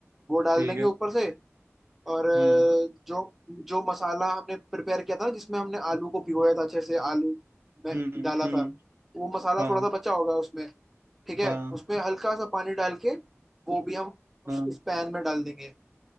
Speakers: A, in the centre; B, on the right (about 55°).
A: वो डाल
B: ठीक
A: देंगे
B: है
A: ऊपर से और अ,
B: हम्म
A: जो जो मसाला हमने प्रिपेयर किया था ना, जिसमें हमने आलू को भिगोया था अच्छे से आलू में
B: हम्म
A: डाला
B: हम्म
A: था वो मसाला
B: हाँ
A: थोड़ा सा बचा होगा उसमें ठीक है
B: हाँ
A: उसमें हल्का सा पानी डाल के वो भी हम उस,
B: हाँ
A: उस पैन में डाल देंगे